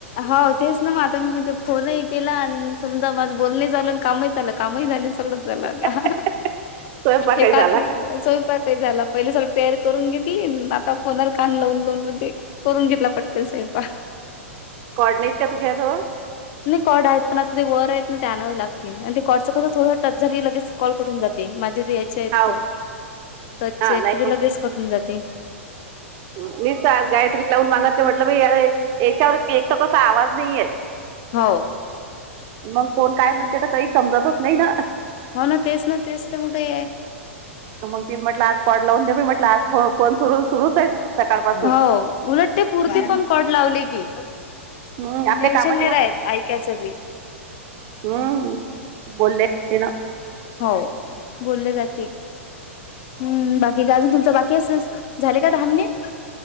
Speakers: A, on the left; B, on the right.
A: होा तेच ना मग आता मी म्हणजे फोनही केला आणि समजा माझं बोलण झालं आणि कामही झाल. कामही झाले सगळंच झालं आता
B: स्वयंपाक
A: एका
B: ही झाला
A: हाती स्वयंपाक ते झालं पहिले सगळी तयारी करून घेतली आता फोनार कान लावून लावून म्हणजे करून घेतला पटकन सोयपाक.
B: कॉड नाहीत का तुझ्या जवळ?
A: नाही कॉड आहेत पण आता ते वर आहेत ना ते आणावे लागतील आणि ते कॉडचं कसं थोडं टच झाल कि लगेच कॉल करून जात. माझ्या ते यायचे आहेत
B: हाव
A: त तचे
B: हा
A: आहेत
B: नाही
A: त ते
B: मग
A: लगेच कट होवून जाते.
B: मीस आज गायत्री लावून मागतले म्हटलं ब यारे याच्यावर एक तर कसा आवाज नाही येत.
A: हो.
B: मग कोण काय म्हणते तर काही समजतच नाही ना.
A: हो ना तेच ना तेच तर मोठ आहे.
B: मग ति म्हटलं आज कॉड लावून दे म म्हटलं आज फोन सुरू सुरूच आहे सकाळपासून
A: हो उलट ते पुरती
B: हम्म
A: पण कॉड लावले की.
B: हम्म आपल्या
A: टेन्शन
B: कामाही
A: नाही
B: होत
A: राहत ऐकायचं बी
B: हम्म बोलले ते ना.
A: हो बोलले जात ते हम्म बाकी का अजून तुमच बाकी अस झाले का दहा मिनिट?